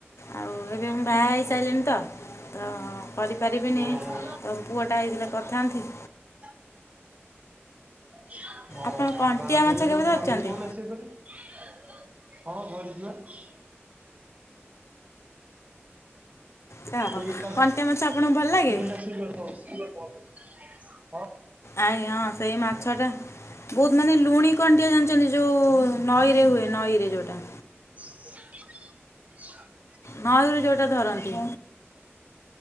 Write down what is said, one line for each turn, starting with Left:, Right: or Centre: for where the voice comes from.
Left: ଆଉ ଏବେ ମୁଁ ବାହା ହେଇସାରିଲିଣି ତ ତ କରିପାରିବିନି
Right: ଓହୋ
Left: ତ ପୁଅଟା ହେଇଥିଲେ କରିଥାନ୍ତି।
Right: ଓ ବାହା
Left: ଆପଣ
Right: ହେଇସାରିଲେଣି
Left: କଣ୍ଟିଆ ମାଛ କେବେ
Right: ତମ
Left: ଧରିଛନ୍ତି?
Right: ସ୍ୱାମୀ କୁ କହୁନ ସିଏ କରିବେ। ହଁ ଧରି <unintelligible>
Left: ଯାହଉ
Right: <unintelligible>
Left: କଣ୍ଟିଆ ମାଛ ଆପଣଙ୍କୁ ଭଲ ଲାଗେ? ଆଜ୍ଞା ହଁ ସେଇ ମାଛ ଟା ବହୁତ୍ ମାନେ ଲୁଣି କଣ୍ଟିଆ ଜାଣିଚନ୍ତି ଯୋଉ ନଈ ରେ ହୁଏ ନଈ ରେ ଯୋଉଟା
Right: <inaudible>
Left: ନଈ ରୁ ଯୋଉଟା ଧରନ୍ତି।